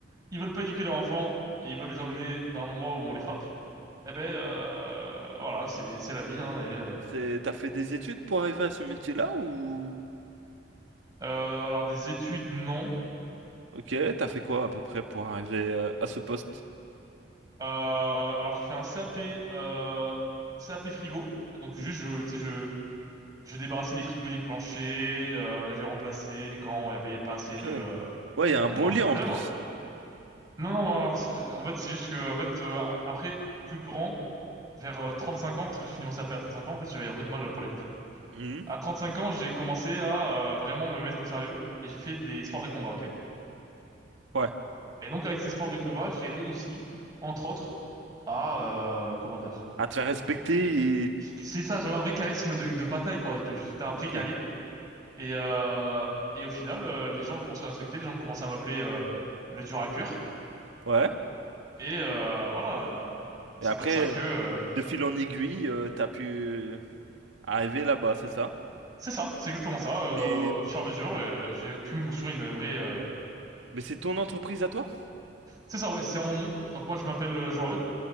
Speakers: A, on the right (about 20°); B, on the right (about 85°).
A: ils veulent pas éduquer leur enfant et ils veulent les emmener dans un endroit où on les frappe. Eh ben euh, voilà, c'est c'est la vie hein, et euh,
B: c'est t'as fait des études pour arriver à ce métier-là ou...
A: euh, alors des études non.
B: Ok, t'as fait quoi à peu près pour arriver euh, à ce poste?
A: Euh, alors j'ai fait un CAP euh, CAP frigo. Donc juste
B: Mhm.
A: je tu sais je je débarrassais les frigos du plancher, euh, j'ai remplacé quand il y avait pas assez
B: Ok.
A: de euh,
B: Ouais, il y a un
A: de
B: bon
A: marge
B: lien
A: de manœuvre.
B: en plus.
A: Non non, alors c'est- en fait c'est juste que en fait euh, après plus grand vers euh, 35 ans parce que j'ai fini mon CAP à 35 ans en fait, j'avais un peu de mal euh, pour les cours.
B: Mhm.
A: À 35 ans, j'ai commencé à euh, vraiment me mettre au sérieux et j'ai fait des sports de combat, OK?
B: Ouais.
A: Et donc avec ces sports de combat, j'ai réussi, entre autres, à euh, comment dire.
B: À te faire respecter et...
A: C'est ça, j'avais un vrai charisme de, de bataille, quoi. J'étais un
B: Ok.
A: vrai guerrier. Et, euh, et au final, euh, les gens commencent à respecter, les gens commencent à m'appeler euh, le dur à cuire.
B: Ouais.
A: Et euh, voilà, euh, c'est
B: Et après,
A: comme ça que... euh,
B: de fil en aiguille, euh, t'as pu euh, arriver là-bas, c'est ça?
A: c'est ça, c'est exactement ça. euh,
B: Mais...
A: au fur et à mesure, euh, j'ai pu me construire une vraie... euh,
B: Mais c'est ton entreprise à toi?
A: C'est ça, ouais, c'est en mon nom. Donc moi, je m'appelle euh, Jean-Eudes.